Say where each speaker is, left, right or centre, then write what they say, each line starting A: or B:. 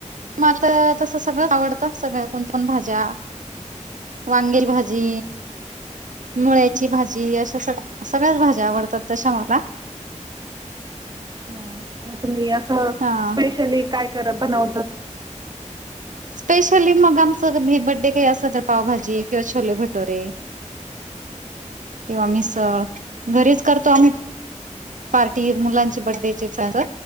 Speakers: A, on the right; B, on the right.
A: मलां तसं सगळं आवडतं सगळ्यां कोणं पणं भाज्यां वांगेची भाजी मुळ्याची भाजी अशा सग सगळ्याच भाज्या आवडतात तशा मला
B: अच्छा मग तुम्ही असं
A: हा
B: स्पेशली काय क बनवतात
A: स्पेशली मग आमचं हे बड्डे काही असल तर पावभाजी किंवा छोले भटोरे
B: <unintelligible>
A: किंवा मिसळ घरीच करतो आम्ही पार्टी मुलांचे बड्डेची स